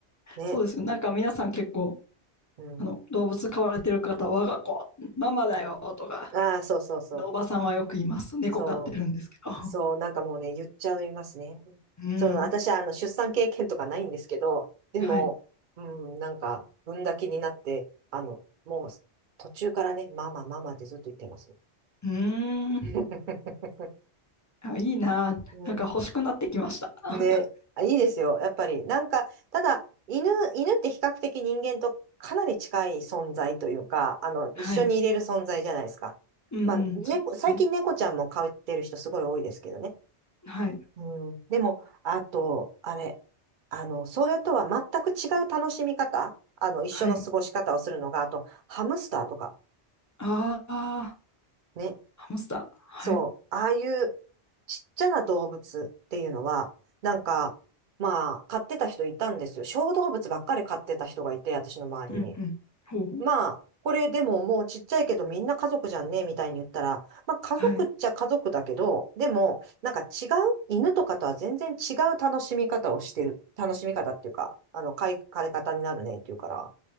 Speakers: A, on the right (about 55°); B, on the left (about 20°).
A: ね、
B: そうですね。なんか皆さん結構、
A: うん。
B: あの、動物飼われてる方は、我が子、ママだよとか、
A: ああ、そうそうそう。
B: おばさんはよく言います。猫飼ってるんですけど。
A: そう。そう、なんかもうね、言っちゃいますね。
B: <laughs> うん。
A: その、私はあの、出産経験とかないんですけど、でも、
B: はい。
A: うん、なんか、産んだ気になって、あの、もう、途中からね、ママ、ママってずっと言ってます。
B: うーん。
A: <laughs>
B: あ、いいな。
A: うん。
B: なんか欲しくなってきました。<laughs>
A: ね、あ、いいですよ。やっぱり、なんか、ただ、犬、犬って比較的人間とかなり近い存在というか、あの、
B: はい。
A: 一緒にいれる存在じゃないですか。
B: うんうん。
A: まあ、
B: そうですね。
A: 猫、最近猫ちゃんも飼ってる人すごい多いですけどね。
B: はい。
A: うん、でも、あと、あれ、あの、それとは全く違う楽しみ方、あの、一緒の過ごし方をするのが、
B: はい。
A: あと、ハムスターとか、
B: ああ、
A: ね。
B: ハムスター。はい。
A: そう、ああいうちっちゃな動物っていうのは、なんか、まあ、飼ってた人いたんですよ。小動物ばっかり飼ってた人がいて、私の周りに。
B: うんうん。ほうほう。
A: まあ、これでももうちっちゃいけどみんな家族じゃんね、みたいに言ったら、まあ家族っちゃ家族だけど、
B: はい。
A: でも、なんか違う、犬とかとは全然違う楽しみ方をしてる、楽しみ方っていうか、あの、飼い、飼い方になるねっていうから、